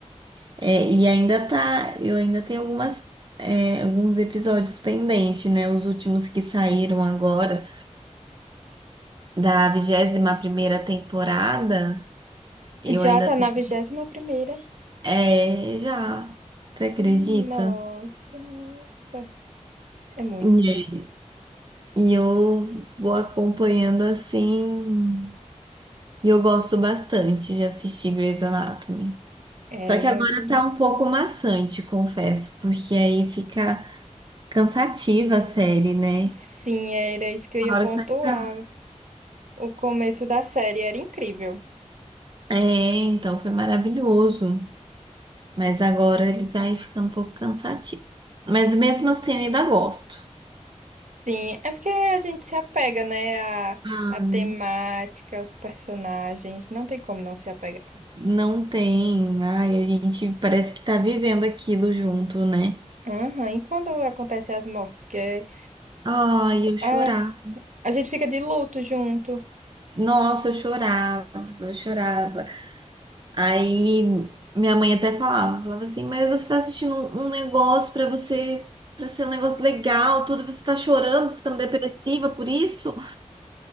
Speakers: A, on the right; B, on the right.
A: É, e ainda tá, eu ainda tenho algumas, é, alguns episódios pendentes, né? Os últimos que saíram agora da vigésima primeira temporada, eu
B: Já
A: ainda
B: tá na
A: tenho.
B: vigésima primeira.
A: É, já. Você acredita?
B: Nossa, nossa. É muito,
A: E e eu vou acompanhando assim. E eu gosto bastante de assistir Grey's Anatomy.
B: é
A: Só que
B: muito
A: agora
B: bom.
A: tá um pouco maçante, confesso, porque aí fica cansativa a série, né?
B: Sim, era isso que eu ia
A: Uma hora
B: pontuar.
A: que você fica.
B: O começo da série era incrível.
A: É, então foi maravilhoso. Mas agora ele vai ficando um pouco cansativo. Mas mesmo assim eu ainda gosto.
B: Sim, é porque a gente se apega, né, à,
A: Ah,
B: à temática, aos personagens, não tem como não se apegar.
A: não tem. Ai, a gente parece que tá vivendo aquilo junto, né?
B: Aham, e quando acontecem as mortes, que é...
A: Ai, eu chorar.
B: Ah, a gente fica de luto junto.
A: Nossa, eu chorava, eu chorava. Aí minha mãe até falava, falava assim, mas você tá assistindo um, um negócio pra você, para ser um negócio legal, tudo, você tá chorando, tá ficando depressiva por isso?